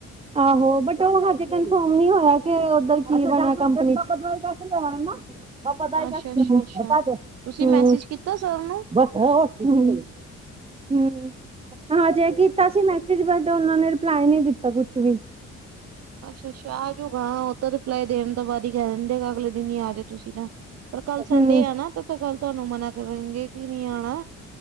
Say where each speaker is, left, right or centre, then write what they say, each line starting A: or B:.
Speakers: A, on the right (about 20°); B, on the right (about 55°).
A: ਆਹੋ ਬਟ ਓਹ ਹਜੇ ਕਨਫਰਮ ਨਹੀਂ ਹੋਇਆ, ਕੇ ਉਧਰ ਕੀ ਬਣਿਆ ਕੰਪਨੀ ਚ <unintelligible> ਬਸ ਪਤਾ ਹੈ
B: ਅੱਛਾ
A: ਡਾਕਟਰ
B: ਅੱਛਾ
A: ਨੂੰ
B: ਅੱਛਾ
A: <unintelligible>
B: ਤੁਸੀਂ ਮੈਸੇਜ ਕੀਤਾ ਸਰ ਨੂੰ
A: ਹੂੰ, ਹਾਂ ਜੇ ਕੀਤਾ ਸੀ ਮੈਸੇਜ ਬੱਟ ਉਹਨਾਂ ਨੇ ਰਿਪਲਾਈ ਨਹੀਂ ਦਿੱਤਾ ਤਾਂ ਕੁਛ ਵੀ।
B: ਅੱਛਾ-ਅੱਛਾ, ਆਜੂਗਾ ਉਹ ਤਾਂ ਰਿਪਲਾਈ ਦੇਣ ਤੋਂ ਬਾਅਦ ਹੀ ਕਹਿ ਦਿੰਦੇ ਅਗਲੇ ਦਿਨ ਹੀ ਆਜੋ ਤੁਸੀਂ ਨਾ ਪਰ ਕੱਲ ਸੰਡੇ
A: ਹੂੰ
B: ਆਣਾ ਕੱਲ ਤੁਹਾਨੂੰ ਮਨਾ ਕਰਨਗੇ ਕਿ ਨਹੀਂ ਆਉਣਾ।